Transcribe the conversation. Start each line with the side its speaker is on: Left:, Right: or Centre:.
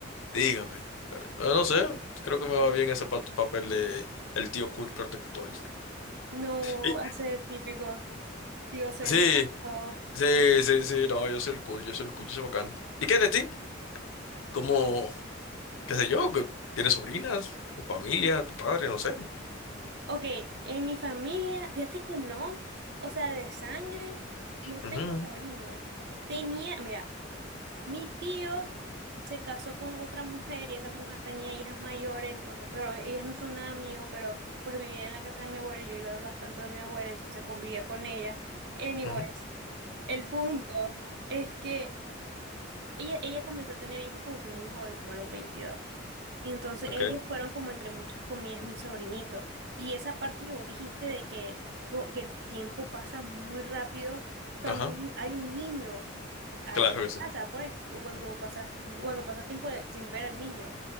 Left: Dígame. No, no sé. Creo que me va bien ese pa- papel de el tío cool protector.
Right: No
Left: Y-
Right: hacer típico tío celoso.
Left: sí, sí, sí, sí. No, yo soy el cool, yo soy el cool, yo soy bacán. ¿Y qué de ti? ¿Cómo, qué sé yo? que ¿Tienes sobrinas? ¿Tu familia? ¿Tu padre? No sé.
Right: Ok, en mi familia, fíjate que no, o sea, de sangre, no
Left: Ujú,
Right: tengo sobrinos. Tenía, mira. Mi tío se casó con otra mujer y esa mujer tenía hijas mayores, entonces, pero ellas no son nada mío, pero pues vivía en la casa de mi abuela y yo iba bastante donde mi abuela, entonces convivía con ella. Anyways,
Left: ujú,
Right: el punto es que ella, ella comenzó a tener hijos como que muy joven, como a los 22. Entonces
Left: ok.
Right: ellos fueron como entre muchas comillas mi sobrinito. Y esa parte que vos dijiste de que, co- que el tiempo pasa muy rápido cuando
Left: Ajá.
Right: un- hay un niño ah,
Left: Claro
Right: en la
Left: que sí.
Right: casa, pues, o cuando pasas, cuando pasas tiempo de- sin ver al niño.